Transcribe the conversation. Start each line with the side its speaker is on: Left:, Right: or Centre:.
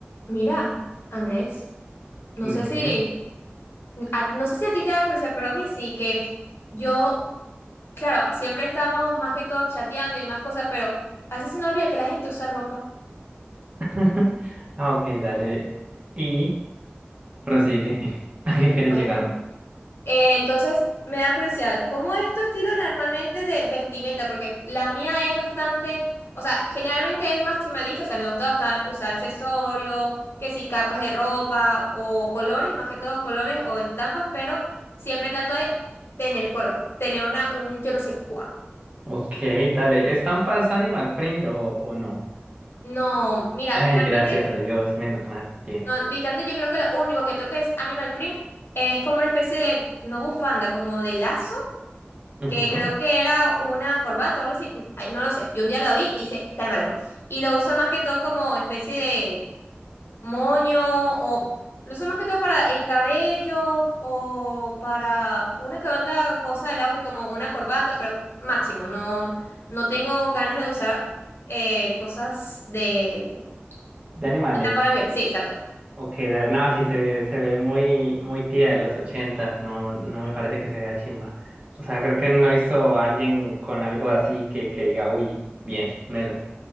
Left: Mira, Andrés, no
Right: Dime.
Left: sé si, a- no sé si a ti te da curiosidad, pero a mí sí, que yo, claro, siempre estamos más que todo chateando y más cosas, pero a veces se nos olvida que la gente usa ropa.
Right: <laughs> Ah, ok, dale. Y prosigue. <laughs> ¿A qué quieres
Left: Bueno.
Right: llegar?
Left: Eh, entonces, me da curiosidad, ¿cómo es tu estilo normalmente de vestimenta? Porque la mía es bastante, o sea, generalmente es maximalista, o sea, me gusta bastar- usar accesorios, que si capas de ropa o colores, más que todo colores o estampas, pero siempre trato de tener color, tener una, un yo no sé cuál.
Right: Ok, dale. ¿Estampas animal print o, o no?
Left: No, mira,
Right: Ay,
Left: realmente,
Right: gracias a Dios, menos mal. Bien.
Left: no, literalmente yo creo que lo único que toco es Animal Print, es como una especie de, no bufanda, como de lazo
Right: Ujú.
Left: que creo que era una corbata o algo así, ay, no lo sé, yo un día lo vi y hice, dámelo. Y lo uso más que todo como especie de moño o lo uso más que todo para el cabello o para una que otra cosa del outfit como una corbata, pero máximo, no, no tengo ganas de usar eh, cosas de
Right: De animales.
Left: estampados de piel, sí, exacto.
Right: Ok, dale. No, sí, se ve, se ve muy, muy tía de los 80. No, no me parece que se vea chimba. O sea, creo que no he visto a alguien con algo así que, que diga, uy, bien, melo.